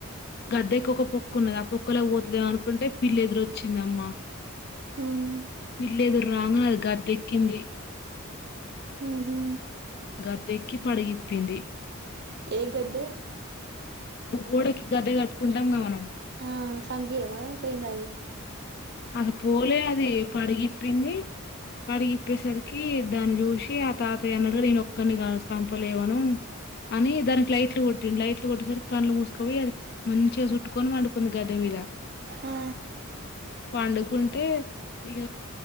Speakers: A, on the left (about 50°); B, on the right (about 50°).
A: గద్దెకొక పొక్క ఉన్నది, ఆ పొక్కల పోతదేమో అనుకుంటే పిల్లి ఎదురొచ్ చిందమ్మ
B: ఉమ్
A: పిల్లేదురు్రాంగ అది గద్దెక్కింది.
B: ఉ హూ
A: గద్దెక్కి పడగిప్పింది.
B: ఏ గద్దే?
A: గోడకి గద్దె కట్టుకుంటాం గ మనం
B: ఆ సంపీర్ర మరీ, పోయింద అది?
A: అసల్ పోలే అది పడిగిప్పింది పడిగిప్పేసరికి దాన్ని చూసి ఆ తాతయ అన్నడుగద నేనొ క్కడినిగా సంపలేవను, అని దానికి లైట్లు కొట్టిండు. లైట్లు కొట్టేసరికి కళ్డ్లు మూసుకపోయి అది మంచిగా సుట్టుకొని పన్డుకుంది గద్దె మీద.
B: ఆ
A: పండుకుంటే ఇగ